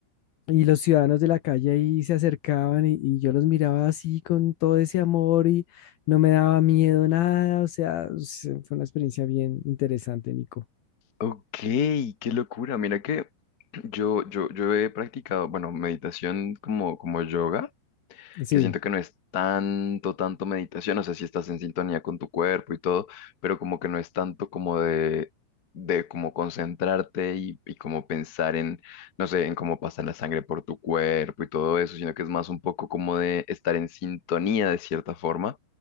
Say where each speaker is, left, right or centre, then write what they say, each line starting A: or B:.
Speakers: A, on the left; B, on the left.
A: y los ciudadanos de la calle ahí se acercaban y, y yo los miraba así con todo ese amor y no me daba miedo nada. O sea, s- fue una experiencia bien interesante, Nico.
B: Ok, qué locura. Mira que yo, yo, yo he practicado, bueno, meditación como, como yoga.
A: Sí,
B: que siento que no es tanto, tanto meditación, o sea, si estás en sintonía con tu cuerpo y todo, pero como que no es tanto como de, de como concentrarte y, y como pensar en, no sé, en cómo pasa la sangre por tu cuerpo y todo eso, sino que es más un poco como de estar en sintonía de cierta forma.